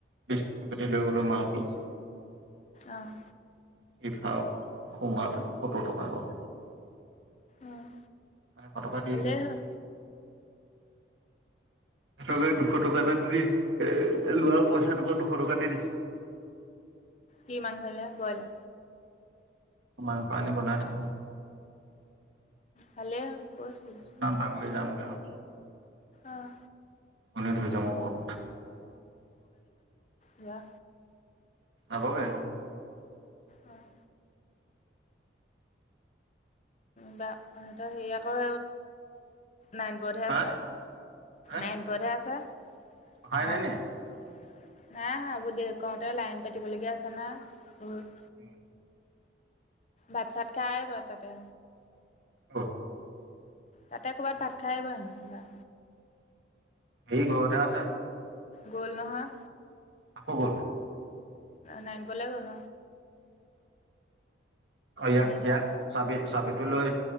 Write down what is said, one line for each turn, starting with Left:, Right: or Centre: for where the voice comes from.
Right: প পাতি লৈ গ'লো মালকি।
Left: আহ
Right: সি খাও সমাই প সত্তৰ টকা হল।
Left: অঁ
Right: মানে এশ টকা দি
Left: ভালেই
Right: দিলো।
Left: হ'ল।
Right: সিহকে দুশ টকা এটা দি এ লোৱা পইচাটোক দুশ টকা দি দিছিল।
Left: কি মাংস বইলাৰ।
Right: মাংস আনি বনাই থৈ
Left: ভালে হ'ল। কৈছিলো।
Right: অ বিশ্বনাত বাগৰী যামগৈ
Left: আহ
Right: শনি ধৰিছে বহুত মোক।
Left: যোৱা
Right: আগৰপে <inaudible>
Left: অঁ বা সিহঁতৰ হেৰি আকৌ নাইনপোৰতহে আছে
Right: হা হা
Left: নাইনপোৰতহে আছে
Right: অহাই
Left: মাক
Right: নাই নি
Left: ঘৰত। নাই অহা আবৌ দে কওঁতে লাইন পাতিব লগগীয়া আছে নহয় বহুত।
Right: উম
Left: ভাত চাত খাই বাৰতাতে।
Right: অ
Left: তাতে কৰ'ৰবাত ভাত খাই আহিব হেনো।
Right: এই ঘৰতহে আছে।
Left: গ'ল নহয়।
Right: আকৌ গল
Left: নাইন পোৱলৈ গ'ল।
Right: অ ইয়াক
Left: মাৰিছিল
Right: ইয়াক চাবি চাবিটো লৈ